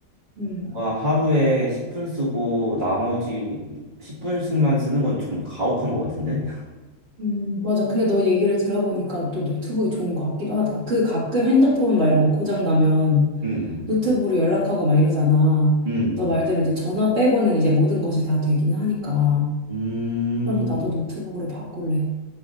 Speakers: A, on the right (about 55°); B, on the right (about 35°).
A: 음,
B: 뭔가 하루에 10분 쓰고 나머지 10분씩만 쓰는 건 좀 가혹한 것 같은데?
A: 음, 맞아. 근데 너 얘기를 들어보니까 또 노트북이 좋은 것 같기도 하다. 그 가끔 핸드폰 막 이런 거 고장 나면
B: 음,
A: 노트북으로 연락하고 막 이러잖아.
B: 음,
A: 너 말대로 이제 전화 빼고는 이제 모든 것이 다 되기는 하니까.
B: 음,
A: 그러면 나도 노트북으로 바꿀래.